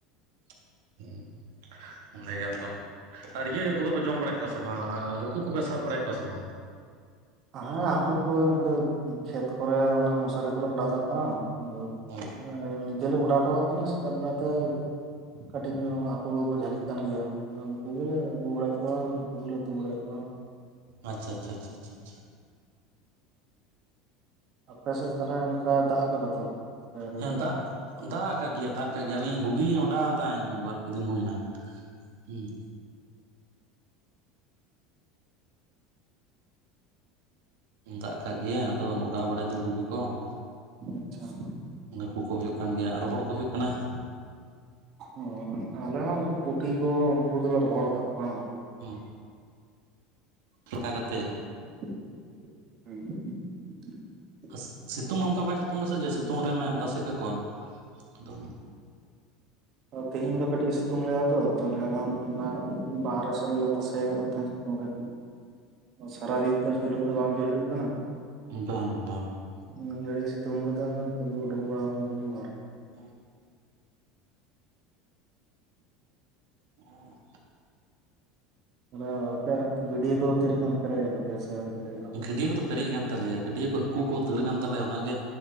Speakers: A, on the right (about 85°); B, on the right (about 40°).
A: ᱾ ᱚᱸᱰᱮ ᱜᱮ ᱟᱫᱚ ᱟᱨ ᱤᱭᱟᱹ ᱠᱚᱫᱚ ᱯᱮ ᱡᱚᱢ ᱵᱟᱲᱟᱭᱮᱫ ᱠᱚᱣᱟ ᱥᱮ ᱵᱟᱝ ᱦᱟᱹᱠᱩ ᱠᱚᱯᱮ ᱥᱟᱵ ᱵᱟᱲᱟ ᱭᱮᱜ ᱠᱚᱣᱟ ᱥᱮ ᱵᱟᱝ?
B: ᱦᱮᱸ ᱦᱟᱹᱠᱩ ᱠᱚ ᱤᱱᱠᱟᱹ ᱠᱷᱮᱛ ᱠᱚᱨᱮ ᱚᱱᱟ ᱢᱚᱥᱟᱨᱤ ᱠᱚᱞᱮ ᱚᱰᱟᱣ ᱠᱟᱜ ᱠᱟᱱᱟ ᱾ ᱟᱫᱚ
A: ᱚ
B: ᱟᱞᱤᱧ ᱡᱮ ᱦᱤᱞᱳᱜ ᱚᱰᱟ ᱠᱟᱣᱟᱜ ᱛᱟᱦᱮᱱᱟ ᱥᱮᱛᱟᱜ ᱵᱮᱲᱟᱛᱮ ᱠᱟᱹᱴᱤᱡ ᱧᱚᱜ ᱦᱟᱹᱠᱩ ᱠᱩ ᱡᱷᱟᱹᱞᱤᱜ ᱠᱟᱱ ᱜᱮᱭᱟ ᱾ ᱟᱫᱚ ᱩᱱᱠᱩ ᱜᱮᱞᱮ ᱟᱹᱜᱩ ᱵᱟᱲᱟᱭᱮᱜ ᱠᱚᱣᱟ ᱩᱱᱠᱩ ᱜᱮᱞᱮ ᱩᱛᱩ ᱵᱟᱲᱟᱭᱮᱜ ᱠᱚᱣᱟ ᱾
A: ᱟᱪᱪᱷᱟ ᱟᱪᱪᱷᱟ ᱟᱪᱪᱷᱟ ᱟᱪᱪᱷᱟ ᱾
B: ᱟᱯᱮ ᱥᱮᱫ ᱛᱟᱞᱦᱮ ᱚᱱᱠᱟ ᱫᱟᱜ ᱟᱠᱟᱫᱟ ᱛᱚ? ᱥᱮ ᱟᱹᱣᱨᱤ
A: ᱦᱮᱸ
B: ᱫᱟᱜᱟ
A: ᱫᱟᱜ ᱫᱟᱜ ᱟᱠᱟᱜ ᱜᱮᱭᱟ ᱫᱟᱜ ᱟᱠᱟᱜ ᱜᱮᱭᱟ ᱟᱞᱤᱧ ᱜᱷᱩᱜᱤ ᱚᱰᱟᱣ ᱫᱟ ᱤᱧ ᱵᱟᱨᱯᱮ ᱫᱤᱱ ᱦᱩᱭᱮᱱᱟ ᱦᱩ ᱾ ᱫᱟᱜ ᱠᱟᱜ ᱜᱮᱭᱟ ᱟᱫᱚ ᱚᱰᱟᱣ ᱵᱟᱲᱟᱭ ᱫᱟᱹᱧ ᱜᱷᱩᱜᱤ ᱠᱚ ᱾
B: ᱟᱪᱪᱷᱟ ᱾
A: ᱦᱟᱹᱠᱩ ᱠᱚ ᱦᱩᱭᱩᱜ ᱠᱟᱱ ᱜᱮᱭᱟ ᱟᱨ ᱨᱚᱦᱚᱲ ᱠᱚ ᱦᱩᱭᱩᱜ ᱠᱟᱱᱟ ᱾
B: ᱚ ᱟᱞᱮ ᱦᱚᱸ ᱩᱱᱠᱩ ᱯᱩᱴᱷᱤ ᱠᱚ ᱩᱱᱠᱩ ᱠᱚᱫᱚᱞᱮ ᱨᱚᱦᱚᱲ ᱟᱠᱟᱫ ᱠᱚᱣᱟ᱾
A: ᱦᱩ, <inaudible> ᱠᱟᱛᱮ,
B: <unintelligible>
A: ᱦᱟᱥ ᱥᱤᱛᱩᱝ ᱦᱚᱸ ᱚᱝᱠᱟ ᱵᱟᱭ ᱥᱤᱛᱩᱝ ᱫᱟᱥᱮ ᱡᱮ ᱥᱤᱛᱩᱝ ᱨᱮᱢ ᱢᱮ ᱛᱟᱥᱮ ᱠᱟᱠᱚᱣᱟ ᱟᱫᱚ,
B: ᱛᱤᱦᱤᱧ ᱫᱚ ᱠᱟᱹᱴᱤᱡ ᱥᱤᱛᱩᱝ ᱞᱮᱜᱟ ᱛᱚ ᱛᱟᱦᱚᱞᱮ ᱠᱷᱟᱱ ᱚᱱᱟ ᱵᱟᱦᱨᱮ ᱥᱮᱜ ᱞᱮ ᱛᱟᱥᱮ ᱟᱠᱟᱫ ᱠᱚ ᱛᱟᱦᱮᱸᱱ ᱚᱱᱰᱮ᱾ ᱥᱟᱨᱟᱫᱤᱱ ᱛᱚ ᱪᱩᱞᱦᱟᱹ ᱛᱚ ᱵᱟᱝ ᱡᱩᱞ ᱦᱩᱭᱩᱜ ᱠᱟᱱᱟ᱾
A: ᱦᱩᱸ ᱵᱟᱝ ᱵᱟᱝ ᱵᱟᱝ
B: ᱢᱤᱜ ᱜᱷᱟᱹᱲᱤ ᱥᱤᱛᱩᱝ ᱠᱟᱫᱟ ᱟᱫᱚ ᱱᱤᱛᱚᱜ ᱫᱚ ᱩᱰᱩᱠ ᱵᱟᱲᱟ ᱦᱩᱭ ᱠᱟᱱᱟ ᱵᱟᱨᱮ
A: ᱦᱮᱸ, ᱚ,
B: ᱢᱟᱱᱮ ᱟᱯᱮᱭᱟᱜ ᱜᱟᱹᱰᱭᱟᱹ ᱠᱚ ᱛᱤᱱᱟᱹᱜ ᱜᱟᱱ ᱯᱮᱨᱮᱡ ᱮᱱ ᱛᱟᱯᱭᱟ ᱥᱮ ᱟᱹᱣᱨᱤ ᱯᱮᱨᱮᱡᱚᱜᱼᱟ?
A: ᱜᱟᱹᱰᱭᱟᱹ ᱠᱚᱫᱚ ᱯᱮᱨᱮᱡ ᱟᱠᱟᱱ ᱛᱟᱞᱮᱭᱟ ᱜᱟᱹᱰᱭᱟᱹ ᱠᱚ ᱦᱟᱹᱠᱩ ᱠᱚ ᱫᱟᱹᱲ ᱜᱟᱱ ᱛᱟᱞᱮᱭᱟ ᱚᱱᱟᱜᱮ